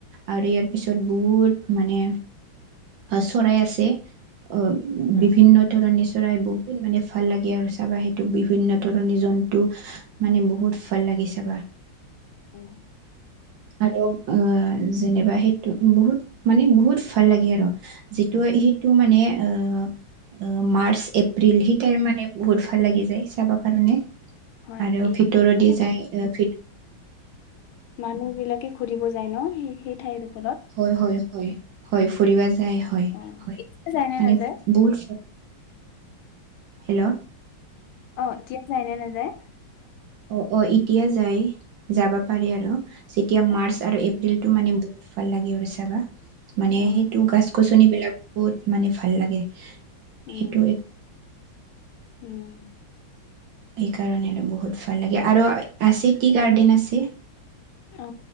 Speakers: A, on the right (about 70°); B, on the left (about 85°).
A: আৰু ইয়াৰ পিছত বহুত মানে চৰাই আছে অ
B: উম,
A: বিভিন্ন ধৰণে চৰাই বহুত মানে ভাল লাগে আৰু চাবা সেইটোক বিভিন্ন ধৰণি জন্তু মানে বহুত ভাল লাগিছে চাবা
B: উম,
A: আৰু অহ যেনেবা সেইটো বহুত মানে বহুত ভাল লাগে আৰু যিটো
B: উম,
A: সেইটো মানে অহ অহ মাৰ্চ এপ্ৰিল সেইটাই মানে বহুত ভাল লাগি যায় চাব কাৰণে
B: হয়
A: আৰু
B: এই
A: ভিতৰ দি
B: সেইটো
A: যায় এ
B: মানুহ বিলাকে ঘুৰিব যায় ন সেই সেই ঠাই দোখৰ
A: হয় হয় হয় হয় ফুৰিব যায় যায় হয়
B: অ',
A: হয়
B: এতিয়া যায় নে
A: মানে
B: নাযায়
A: বহুত হেল্ল'
B: অ এতিয়া যায় এনেই নাযায়
A: অহ অহ এতিয়া যাই যাবা পাৰি আৰু যেতিয়া
B: অ',
A: মাৰ্চ আৰু এপ্ৰিল টো মানে বহুত ভাল লাগে আৰু চাবা মানে
B: উম,
A: সেইটো গছ গছন বিলাক বহুত মানে ভাল লাগে
B: উম,
A: সেইটো এক
B: উম
A: সেইকাৰণে আৰু বহুত ভাল লাগে আৰু আছে টি গাৰ্ডেন আছে
B: অ',